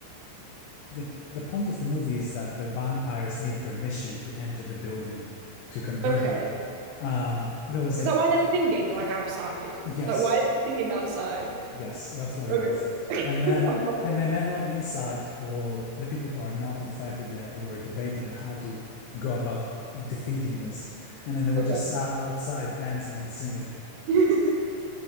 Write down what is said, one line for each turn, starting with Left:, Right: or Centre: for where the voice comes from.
Left: the the point of the movie is that the vampires need permission to enter the building to convert
Right: Okay.
Left: them. Um, there was
Right: Is
Left: a
Right: that why they're singing like outside?
Left: yes,
Right: Like, why are they singing outside?
Left: yes, that's what
Right: Okay.
Left: it was.
Right: <laughs> I'm
Left: And then
Right: following.
Left: and then everyone inside, or the people who are not infected yet, were debating on how to go about defeating this. And then they were
Right: Okay.
Left: just sat outside dancing and singing.
Right: <laughs>